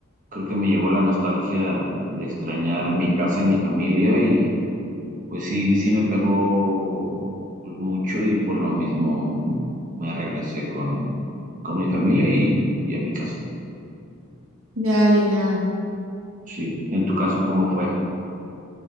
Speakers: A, on the right; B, on the right.
A: creo que me llegó la nostalgia de extrañar mi casa y mi familia y pues sí, sí me pegó pues mucho y por lo mismo me regresé con, con mi familia y, y a mi casa.
B: Ya, ya, ya.
A: Sí, en tu caso, ¿cómo fue?